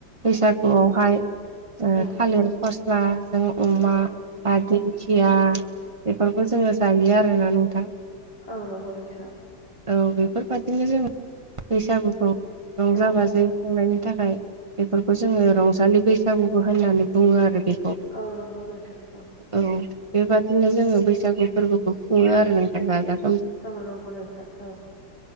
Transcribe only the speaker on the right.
बैसागुवावहाय
थालिर फस्ला जों अमा
बा दिंखिया
बेफोरखौ जोङो जायो आरोना नोंथां
औ बेफोरबादिनो जों बैसागुखौ रंजा
बाजा जों खुंनायनि थाखाय बेफोरखौ जोङो रंजालि बैसागुबो होननानै बुङो आरो बेखौ
औ बेबादिनो जोङो बैसागु फोरबोखौ खुङो आरो नोंथां जा-